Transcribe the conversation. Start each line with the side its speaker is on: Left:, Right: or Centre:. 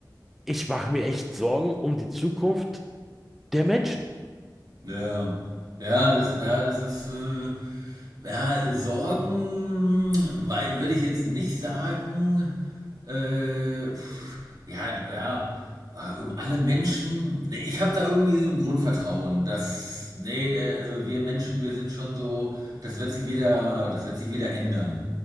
Centre: ich mache mir echt Sorgen um die Zukunft der Menschen.
Right: Ja, ja, das, ja, das ist, äh, ja, Sorgen, weil, würde ich jetzt nicht sagen, äh, pff, ja, ja, äh, um alle Menschen, Nee, ich habe da irgendwie so ein Grundvertrauen, dass, nee, äh, also wir Menschen, wir sind schon so, das wird sich wieder, das wird sich wieder ändern.